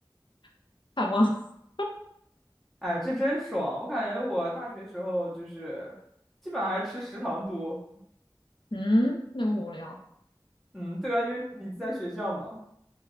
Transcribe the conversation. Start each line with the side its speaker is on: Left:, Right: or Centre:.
Left: <laughs> 盼望。<laughs>
Centre: 哎，这真爽！我感觉我大学时候就是基本上还吃食堂多。
Left: 嗯，那么无聊。
Centre: 嗯，对啊，因为你在学校嘛。